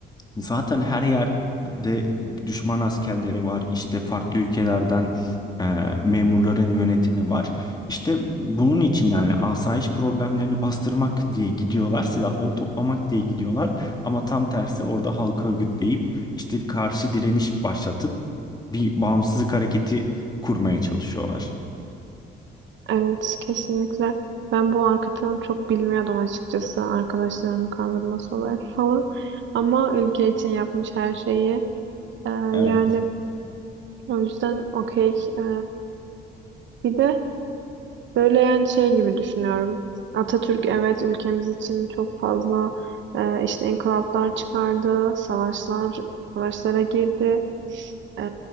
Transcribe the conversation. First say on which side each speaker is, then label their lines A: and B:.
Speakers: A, on the left; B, on the right.
A: Zaten her yerde düşman askerleri var. İşte farklı ülkelerden e, memurların yönetimi var. İşte bunun için yani asayiş problemlerini bastırmak diye gidiyorlar. Silahları toplamak diye gidiyorlar. Ama tam tersi orada halk örgütleyip işte karşı direniş başlatıp bir bağımsızlık hareketi kurmaya çalışıyorlar.
B: Evet, kesinlikle. Ben bu arka planı çok bilmiyordum açıkçası. Arkadaşlarımı kandırması olayı <laughs> falan. Ama ülke için yapmış her şeyi. Ee,
A: Evet.
B: yani o yüzden okey. Ee, bir de Böyle yani şey gibi düşünüyorum. Atatürk evet ülkemiz için çok fazla e, işte inkılaplar çıkardı, savaşlar savaşlara girdi. E,